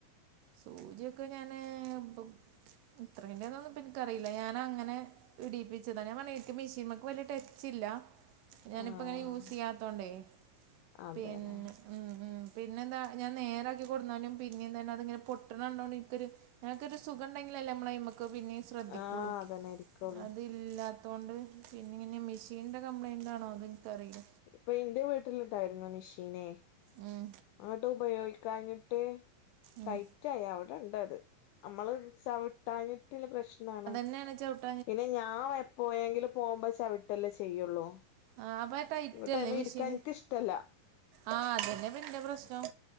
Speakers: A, on the right; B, on the left.
A: സൂചിയൊക്കെ ഞാന് ഇപ്പൊ എത്രയിന്റെന്നൊന്നും ഇപ്പൊ ഇൻക്കറീല ഞാനങ്ങനെ ഇടീപ്പിച്ചതാ ഞാൻ പറഞ് ഇന്ക് മെഷീൻമക്ക് വല്യ ടെച്ചില്ല- ഞാനിപ്പങ്ങനെ
B: ആഹ്
A: യൂസെയ്യാത്തോണ്ടേ
B: അതെല്ലേ
A: പിന്നെ ഉം ഉം പിന്നെന്താ ഞാൻ നേരാക്കി കൊടുന്നാലും പിന്നിം തന്നെ അതിങ്ങനെ പൊട്ടിണണ്ടോണ്ട് ഇൻക്കൊരു ഞമ്മക്കൊരു സുഖണ്ടെങ്കിലല്ലേ ഞമ്മളയിമക്ക് പിന്നിം ശ്രദ്ധിക്കുള്ളൂ.
B: ആഹ് അതന്നെ ആരിക്കുള്ളൂ
A: അത് ഇല്ലാത്തോണ്ട് പിന്നെ ഇങ്ങനെ മെഷീനിൻ്റെ കംപ്ലയിന്റാണോ അതും ഇൻക്കറീല
B: ഇപ്പൊ ഇന്റെ വീട്ടിലിണ്ടായിരുന്നു മെഷീനെ
A: ഉം
B: അങ്ങട്ട് ഉപയോഗിക്കാഞ്ഞിട്ട്
A: ഉം
B: ടൈറ്റായി അവിടെണ്ടത് നമ്മള് ചവിട്ടാഞ്ഞിട്ട്ള്ള പ്രശ്നാണ്.
A: അതെന്നേണ് ചവിട്ട
B: പിന്നെ ഞാൻ എപ്പോയെങ്കിലും പോകുമ്പോ ചവിട്ടല്ലേ ചെയ്യുള്ളൂ.
A: ആഹ് അപ്പ ടൈറ്റല്ലേ
B: ന്നട്ടയിമെ
A: മെഷീന്
B: ഇരിക്കാൻ ഇന്ക് ഇഷ്ടല്ല-
A: ആഹ് അതന്നെപ്പോ ന്റെ പ്രശ്നം